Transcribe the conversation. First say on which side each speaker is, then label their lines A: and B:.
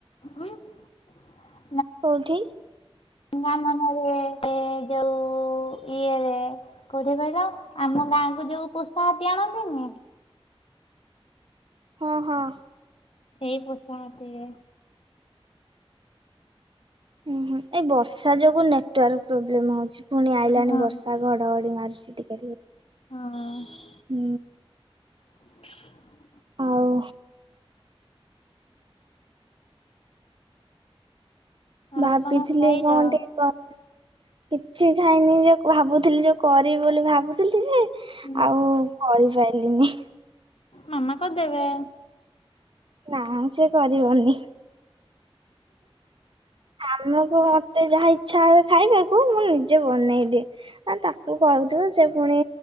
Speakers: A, on the left (about 70°); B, on the right (about 55°).
A: <unintelligible>
B: କୋଉଠି?
A: <unintelligible> ଏଁ ଯୋଉ ଇଏରେ କୋଉଠେ କହିଲ ଆ ଆମ ଗାଁକୁ ଯୋଉ ପୋଶା ହାତୀ ଆଣନ୍ତିନି?
B: <inaudible> ହଁ ହଁ।
A: ସେଇ ପୋଷା ହାତୀ ଯେ
B: ଉଁହୁଁ ଏଇ ବର୍ଷା ଯୋଗୁ ନେଟୱାର୍କ ପ୍ରୋବ୍ଲେମ୍ ହୋଉଛି। ଫୁଣି ଆଇଲାଣି
A: ହଁ
B: ବର୍ଷା ଘଡ଼ଘଡ଼ି ମାରୁଚି ଟିକେ ଟିକେ।
A: ହଁ।
B: ହୁଁ।
A: <inaudible>
B: ଆଉ
A: ଆଉ
B: ଭାବିଥିଲି
A: କଣ ଖାଇଛ
B: କଁ ଗୋଟେ କ କିଛି ଖାଇନି ଯେ ଭାବୁଥିଲି ଯୋଉ କରି ବୋଲି ଭାବୁଥିଲି ଯେ
A: ହୁଁ
B: ଆଉ କରିପାଇଲିନି।
A: ମାମା କରିଦେବେ।
B: ନା ସେ କରିବନି ଆମୁକୁ ଭା ମତେ ଯାହା ଇଚ୍ଛା ହୁଏ। ଖାଇବାକୁ ମୁଁ ନିଜେ ବନେଇଦିଏ। ଆଉ ତାକୁ କହୁଥିବ ସେ ଫୁଣି